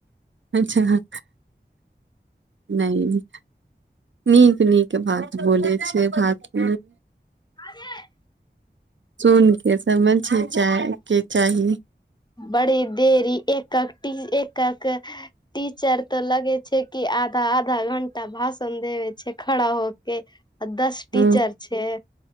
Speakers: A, on the right; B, on the left.
A: अच्छा नहि नीक नीक बात बोलै छै बात
B: आाज
A: सून के समझ के चाही
B: बड़ी देरी एककी एक एक टीचर तऽ लगै छै कि आधा आधा घंटा भाषण देवे छै खड़ा हो कै आ दस
A: ओ
B: टीचर छै